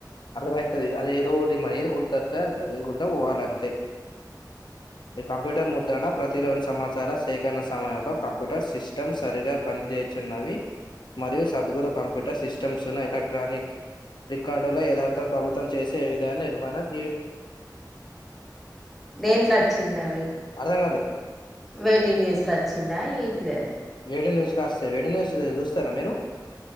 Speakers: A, on the left (about 80°); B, in the centre.
A: అర్థమయితది అది ఏదో ఓటి మరి ఏది గుర్తత్తే అది చదువుకుంట పోవాల అంతే ఈ కంప్యూటర్ ముద్రనా ప్రతిలోని సమాచార సేకరణ సమయంలో కంప్యూటర్ సిస్టమ్స్ సరిగా పనిచేయుచున్నవి మరియు సద్గురు కంప్యూటర్ సిస్టమ్స్ ను ఎలక్ట్రానిక్ దిక్ డంలో యదార్థను ప్రభుత్వం చేసే విధాన్నే నువ్వనద్దు
B: దేంట్ల అచ్చింది. అవి
A: అర్థం కాలే
B: వే టూ న్యూస్ ల ఆచ్చిందా ఏంటిది అది
A: వే టూ న్యూస్ అస్తయి వే టూ న్యూస్ చూస్తారా మీరు